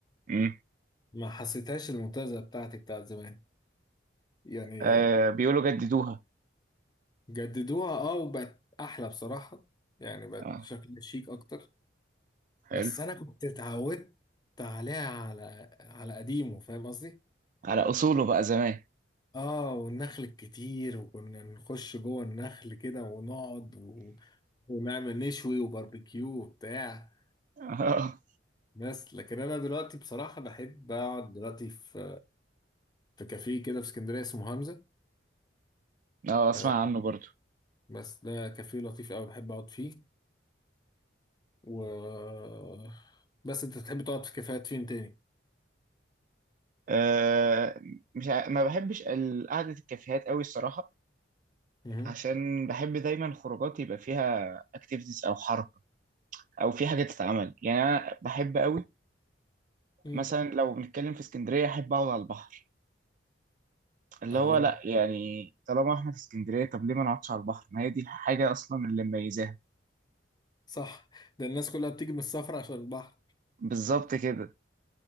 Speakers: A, on the right (about 45°); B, on the left (about 25°).
A: امم
B: ما حسيتهاش المنتزه بتاعتي بتاعت زمان يعني
A: آه بيقولوا جددوها
B: جددوها اه وبقت احلى بصراحه يعني بقت
A: اه
B: شكلها شيك اكتر
A: حلو
B: بس انا كنت اتعودت عليها على على قديمه فاهم قصدي
A: على اصوله بقى زمان
B: اه والنخل الكتير وكنا نخش جوه النخل كده ونقعد و... ونعمل نشوي وباربيكيو وبتاع
A: اه
B: بس لكن انا دلوقتي بصراحة بحب اقعد دلوقتي في في كافيه كده في اسكندرية اسمه همزة
A: اه اسمع
B: آه،
A: عنه برضو
B: بس ده كافيه لطيف قوي بحب اقعد فيه و بس انت بتحب تقعد في كافيهات فين تاني؟
A: آه مش ع... ما بحبش ال- قعدة الكافيهات قوي الصراحة
B: مهم.
A: عشان بحب دايما خروجات يبقى فيها اكتيفيتيز او حركة او في حاجة تتعمل يعني انا بحب قوي
B: مم.
A: مثلا لو بنتكلم في اسكندرية احب اقعد على البحر اللي
B: الله
A: هو لا يعني طالما احنا في اسكندريه طب ليه ما نقعدش على البحر ما هي دي الحاجه اصلا اللي مميزاها
B: صح ده الناس كلها بتيجي من السفر عشان البحر
A: بالظبط كده